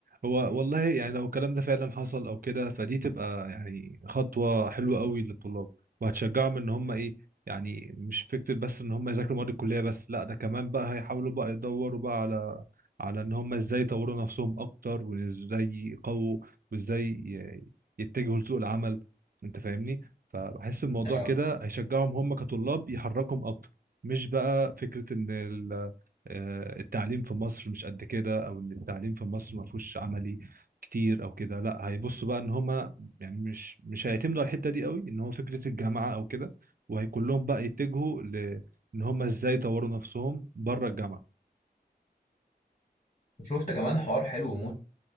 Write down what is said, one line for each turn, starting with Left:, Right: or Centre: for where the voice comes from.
Right: هو والله يعني لو الكلام ده فعلا حصل او كده فدي تبقى يعني خطوة حلوة قوي للطلاب وهتشجعهم ان هم ايه يعني مش فكرة بس ان هم يذاكروا مواد الكلية بس لا ده كمان بقى هيحاولوا بقى يدوروا بقى على على ان هم ازاي يطوروا نفسهم اكتر وازاي يقووا وازاي ي- يتجهوا لسوق العمل انت فاهمني فبحس الموضوع
Left: اه
Right: كده هيشجعهم هم كطلاب يحركهم اكتر مش بقى فكرة ان آه، التعليم في مصر مش قد كده او ان التعليم في مصر ما فيهوش عملي كتير او كده لا هيبصوا بقى ان هما يعني مش مش هيعتمدوا على الحته دي قوي ان هو فكره الجامعه او كده وهيكون لهم بقى يتجهوا ل ان هما ازاي يطوروا نفسهم بره الجامعه
Left: وشفت كمان حوار حلو موت